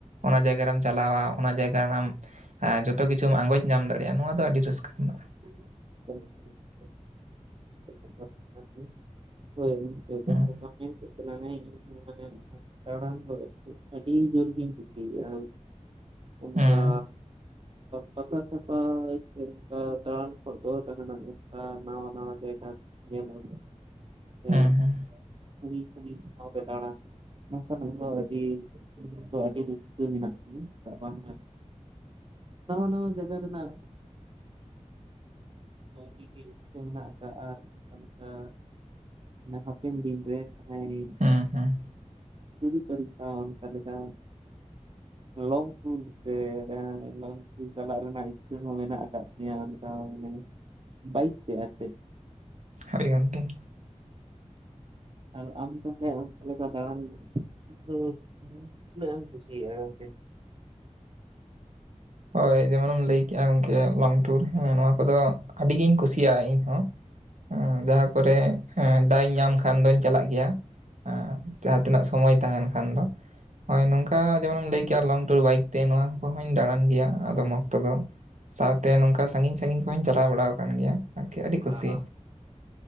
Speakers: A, on the right; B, on the right.
A: ᱚᱱᱟ ᱡᱟᱭᱜᱟ ᱨᱮᱢ ᱪᱟᱞᱟᱣᱟ ᱚᱱᱟ ᱡᱟᱭᱜᱟ ᱨᱮ ᱡᱚᱛᱚ ᱠᱤᱪᱷᱩ ᱟᱸᱜᱚᱡ ᱧᱟᱢ ᱫᱟᱲᱮᱭᱟᱜᱼᱟ ᱱᱚᱣᱟ ᱫᱚ ᱟᱹᱰᱤ ᱨᱟᱹᱥᱠᱟᱹ ᱠᱟᱱᱟ᱾
B: ᱦᱮᱞᱳ ᱦᱮᱞᱳ <unintelligible> ᱟᱵᱤᱱ ᱦᱳᱭ ᱡᱟᱦᱟᱸ
A: ᱦᱮᱸ
B: ᱠᱟᱛᱷᱟᱢ ᱢᱮᱱ ᱠᱮᱫ ᱛᱟᱞᱟᱝ ᱟᱭᱟ ᱤᱧ ᱦᱚᱸ ᱚᱱᱟ ᱜᱮ ᱫᱟᱬᱟᱱ ᱫᱚ ᱟᱹᱰᱤ ᱡᱩᱨ ᱜᱮᱧ ᱠᱷᱩᱥᱤᱭᱟᱜ-ᱟ᱾ ᱩᱱᱠᱟ
A: ᱦᱮᱸ,
B: ᱯᱟᱛᱷᱟ ᱪᱷᱟᱛᱟ ᱥᱮ ᱫᱟᱬᱟᱱ ᱠᱷᱚᱡ ᱫᱚ ᱡᱟᱦᱟᱸᱱᱟᱜ ᱱᱟᱣᱟ ᱱᱟᱣᱟ ᱡᱟᱭᱜᱟ ᱧᱮᱞ ᱟᱵᱚ ᱥᱮ
A: ᱦᱮᱸ, ᱦᱮᱸ,
B: ᱥᱟᱺᱜᱤᱧ ᱥᱟᱺᱜᱤᱧ ᱴᱷᱟᱶ ᱨᱮ ᱫᱟᱬᱟᱱ᱾ ᱚᱱᱠᱟᱱᱟ ᱫᱚ ᱟᱹᱰᱤ ᱫᱚ ᱟᱹᱰᱤ ᱨᱟᱹᱥᱠᱟᱹ ᱢᱮᱱᱟᱜ ᱛᱤᱧᱟᱹ ᱪᱮᱫᱟᱜ ᱵᱟᱝᱢᱟ ᱱᱟᱣᱟ ᱱᱟᱣᱟ ᱡᱟᱭᱜᱟ ᱨᱮᱱᱟᱜ ᱟᱹᱰᱤ ᱜᱮ ᱤᱪᱪᱷᱟᱹ ᱢᱮᱱᱟᱜ ᱠᱟᱜ-ᱟ ᱚᱱᱠᱟ ᱚᱱᱟ ᱦᱟᱯᱮᱱ ᱫᱤᱱ ᱨᱮ ᱡᱟᱦᱟᱭ
A: ᱦᱮᱸ, ᱦᱮᱸ,
B: ᱡᱩᱨᱤ ᱯᱟᱨᱥᱤ ᱥᱟᱶ ᱚᱱᱠᱟ ᱞᱮᱠᱟ ᱞᱚᱝᱴᱩᱨ ᱥᱮ ᱞᱚᱝᱴᱩᱨ ᱪᱟᱞᱟᱜ ᱨᱮᱱᱟᱜ ᱤᱪᱪᱷᱟᱹ ᱦᱚᱸ ᱢᱮᱱᱟᱜ ᱟᱠᱟᱫ ᱛᱤᱧᱟᱹ ᱚᱱᱠᱟ ᱢᱟᱱᱮ ᱵᱟᱭᱤᱠ ᱛᱮ ᱟᱨ ᱪᱮᱫ
A: ᱦᱳᱭ ᱜᱚᱢᱠᱮ
B: ᱟᱨ ᱟᱢ ᱛᱟᱦᱚᱞᱮ ᱚᱱᱠᱟ ᱞᱮᱠᱟ ᱫᱟᱬᱟᱱ ᱫᱚ ᱛᱤᱱᱟᱹᱜ ᱮᱢ ᱠᱩᱥᱤᱭᱟᱜᱼᱟ ᱜᱚᱢᱠᱮ?
A: ᱦᱳᱭ ᱡᱮᱢᱚᱱᱮᱢ ᱞᱟᱹᱭ ᱠᱮᱫᱼᱟ ᱜᱚᱝᱠᱮ ᱞᱚᱝ ᱴᱩᱨ ᱦᱮᱸ ᱱᱚᱣᱟ ᱠᱚᱫᱚ ᱟᱹᱰᱤ ᱜᱤᱧ ᱠᱩᱥᱤᱭᱟᱜᱼᱟ ᱤᱧ᱾ ᱦᱚᱸ ᱡᱟᱦᱟᱸ ᱠᱚᱨᱮ ᱮᱸ ᱫᱟᱣ ᱤᱧ ᱧᱟᱢ ᱠᱷᱟᱱ ᱫᱚᱧ ᱪᱟᱞᱟᱜ ᱜᱮᱭᱟ ᱟᱸᱡᱟᱦᱟᱸ ᱛᱤᱱᱟᱹᱜ ᱥᱚᱢᱚᱭ ᱛᱟᱦᱮᱸᱱ ᱠᱷᱟᱱ ᱫᱚᱺ ᱦᱚᱭ ᱱᱚᱝᱠᱟ ᱡᱮᱢᱚᱱᱮᱢ ᱞᱟᱹᱭ ᱠᱮᱭᱟ ᱞᱚᱝ ᱴᱩᱨ ᱵᱟᱭᱤᱠ ᱛᱮ ᱱᱚᱣᱟ ᱠᱩᱦᱚᱧ ᱫᱟᱬᱟᱼᱼ ᱜᱮᱭᱟ ᱟᱫᱚᱢ ᱚᱠᱛᱚ ᱫᱚ ᱥᱟᱶᱛᱮ ᱱᱚᱝᱠᱟ ᱥᱟᱸᱜᱤᱧ ᱥᱟᱺᱜᱤᱧ ᱠᱚᱦᱚᱧ ᱪᱟᱞᱟᱣ ᱵᱟᱲᱟᱣ ᱠᱟᱱ ᱜᱮᱭᱟ᱾ ᱟᱨ ᱤᱠ ᱟᱹᱰᱤ
B: ᱟᱪᱪᱷᱟ
A: ᱠᱩᱥᱤ,